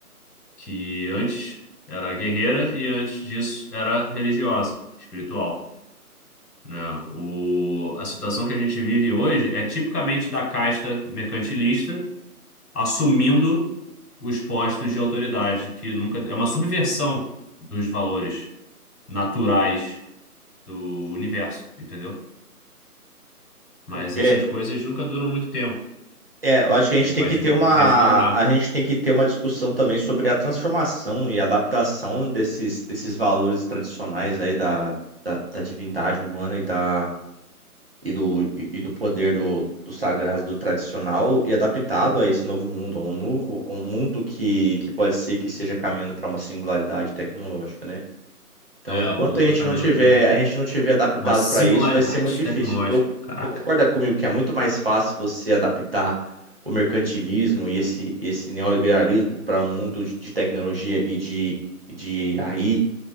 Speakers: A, on the left; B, on the right.
A: que antes era guerreira e antes disso era religiosa, espiritual, né? O, a situação que a gente vive hoje é tipicamente da casta mercantilista assumindo os postos de autoridade, que nunca é uma subversão dos valores naturais do universo, entendeu? Mas
B: É,
A: essas coisas nunca duram muito tempo
B: é, eu acho que a
A: e
B: gente tem
A: vai,
B: que
A: desmo-
B: ter uma,
A: e vai desmoronar.
B: a gente tem que ter uma discussão também sobre a transformação e adaptação desses, desses valores tradicionais aí da, da, da divindade humana e, da, e, do, e e do poder do, do sagrado e do tradicional e adaptado a esse novo mundo, a um novo, a um mundo que, que pode ser que seja caminhando para uma singularidade tecnológica, né? Então,
A: É,
B: enquanto
A: o mundo
B: a gente
A: tá caminhando
B: não tiver,
A: para
B: a gente não tiver adaptado
A: uma singularidade
B: para isso, vai ser muito difícil.
A: tecnológica.
B: Eu,
A: Caraca.
B: você concorda comigo que é muito mais fácil você adaptar o mercantilismo e esse, esse neoliberalismo para o mundo de de tecnologia e de, e de AI